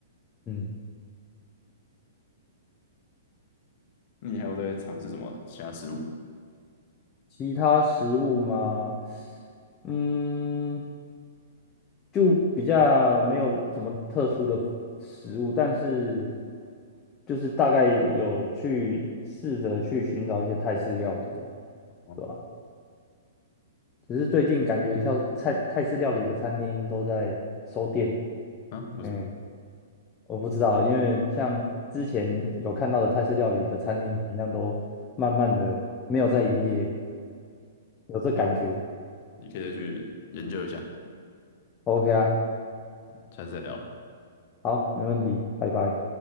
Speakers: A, on the left; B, on the left.
A: 嗯，
B: 你还有在尝试什么其他食物？
A: 其他食物嘛，嗯，就比较没有什么特殊的食物，但是就是大概有去试着去寻找一些泰式料理啊，
B: 哦，
A: 对吧？只是最近感觉跳泰泰式料理的餐厅都在收店，
B: 啊，为什么？
A: 嗯。我不知道，因为像之前有看到的泰式料理的餐厅一样，都慢慢的没有在营业，有这感觉。
B: 那我你可以再去研究一下，
A: OK 啊，
B: 下次再聊了。
A: 好，没问题，拜拜。